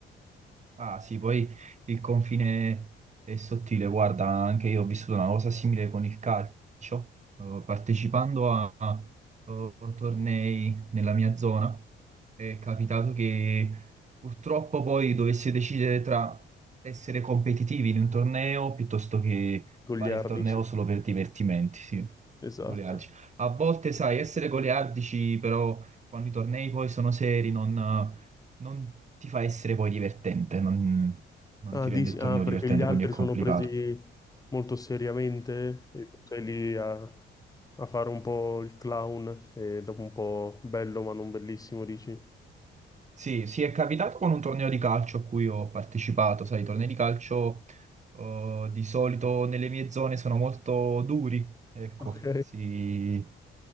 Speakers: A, on the right; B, on the left.
A: Ah sì, poi il confine è sottile, guarda, anche io ho vissuto una cosa simile con il calcio, eh, partecipando a, a, eh, tornei nella mia zona, è capitato che purtroppo poi dovessi decidere tra essere competitivi in un torneo piuttosto che
B: Goliardi,
A: fare il torneo
B: sì,
A: solo per divertimenti, sì,
B: esatto.
A: goliardici. A volte, sai, essere goliardici, però quando i tornei poi sono seri, non non ti fa essere poi divertente, non, non
B: Ah,
A: ti
B: dici-
A: rende il torneo
B: ah, perché
A: divertente,
B: gli altri
A: quindi è complicato.
B: sono presi molto seriamente e tu sei lì a, a fare un po' il clown e dopo un po' bello ma non bellissimo, dici?
A: Sì, sì, è capitato con un torneo di calcio a cui ho partecipato, sai, i tornei di calcio eh, di solito nelle mie zone sono molto duri, ecco,
B: Ok.
A: sì,